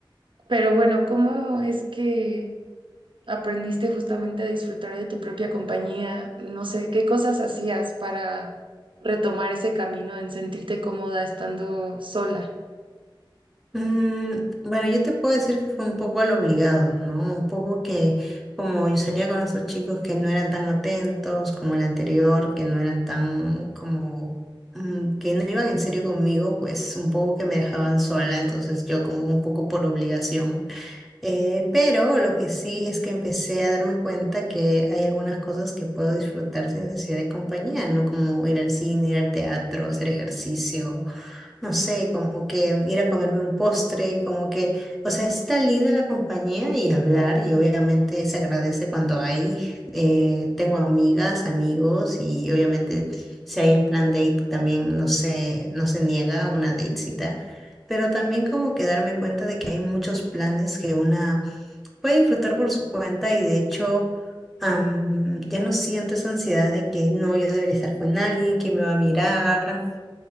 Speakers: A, on the right (about 70°); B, in the centre.
A: Pero bueno, ¿cómo es que... aprendiste justamente a disfrutar de tu propia compañía? No sé, ¿qué cosas hacías para retomar ese camino en sentirte cómoda estando sola?
B: Mm, bueno, yo te puedo decir que fue un poco al obligado, ¿no? Un poco que como yo salía con estos chicos que no eran tan atentos como el anterior, que no eran tan como mm, que no iban en serio conmigo, pues un poco que me dejaban sola, entonces yo como un poco por obligación. Eh, pero lo que sí es que empecé a darme cuenta que hay algunas cosas que puedo disfrutar sin necesidad de compañía, ¿no? Como ir al cine, ir al teatro, hacer ejercicio no sé, como que ir a comerme un postre, como que, o sea, está linda la compañía y hablar, y obviamente se agradece cuando hay, eh, tengo amigas, amigos, y obviamente si hay en plan date también no se, no se niega a una datecita, pero también como que darme cuenta de que hay muchos planes que una puede disfrutar por su cuenta y de hecho... am, ya no siento esa ansiedad de que no, yo debería estar con alguien, que me va a mirar,